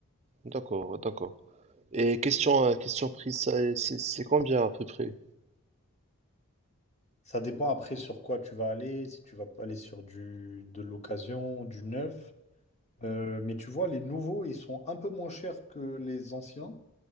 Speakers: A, on the right (about 30°); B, on the left (about 30°).
A: d'accord, d'accord. Et question, euh, question prise, ça, c'est c'est combien à peu près?
B: Ça dépend après sur quoi tu vas aller, si tu vas pas aller sur du, de l'occasion, du neuf. Euh, mais tu vois, les nouveaux, ils sont un peu moins chers que les anciens.